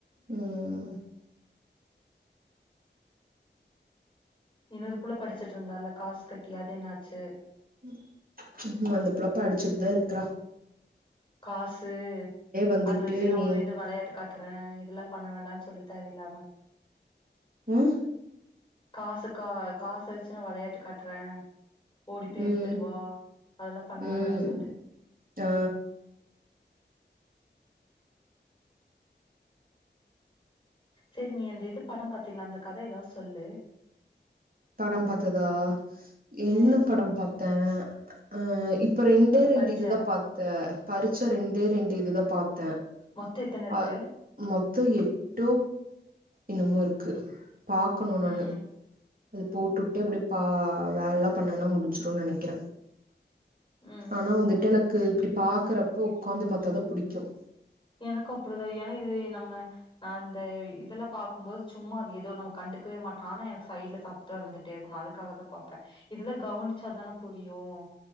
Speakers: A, on the right (about 50°); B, on the left (about 25°).
A: உம்உம்
B: இன்னொரு புள்ள படிச்சிட்டு இருந்தால காசு கட்டி அது என்னாச்சு
A: ம் அந்த புள்ள படிச்சிட்டு தான் இருக்கு க்றா
B: காசு
A: வந்துட்டு
B: அத வச்சு நான்
A: நீ
B: ஒரு இது வெளையாட்டு காட்டுறன் இதெல்லாம் பண்ண வேண்டாம்னு சொல்லு தேவ இல்லாம
A: உம்
B: காசு கா காசு வச்சு நான் வெளையாட்டு காட்டுற ஓடிப்பேய்
A: ம்
B: எடுத்துட்டு வா அதெல்லாம் பண்ண
A: ம்
B: வேண்டான் சொல்லு
A: ஆ
B: செரி நீ அந்த இது படம் பாத்தல அந்த கத எதாவது சொல்லு
A: படம் பாத்ததா என்ன
B: ம்
A: படம் பாத்த ஹா இப் இப்ப ரெண்டே
B: அத
A: ரெண்டு
B: பறிச்ச
A: இது தான் பாத்த பறிச்ச ரெண்டே ரெண்டு இதுதான் பாத்த
B: மொத்தோ எத்தன இருக்கு
A: அ மொ மொத்தோ எட்டோ என்னமோ இருக்கு பாக்கணும் நானு
B: ம்
A: அது போட்டுட்டே அப்டி பா வேலல்லாம் பண்ணனா முடிஞ்சிரும்ன்னு நெனைக்கிறேன்
B: ம்
A: ஆனா
B: ம்
A: வந்துட்டு எனக்கு இப்டி பாக்குறப்ப உட்காந்து பாத்தாதான் புடிக்கும்
B: எனக்கும் அப்டிதான் ஏன்னா இது நம்ம நான் அந்த இதெல்லாம் பாக்கும்போது சும்மா அது ஏதோ நம்ம கண்டுக்கவே மாட்டோம் ஆனா எனக்கு சைட்ல சத்தோம் இருந்துட்டே இருக்கணும் அதுக்காக தான் பாப்பேன் இதெலாம் கவனிச்சாதானே புரியும்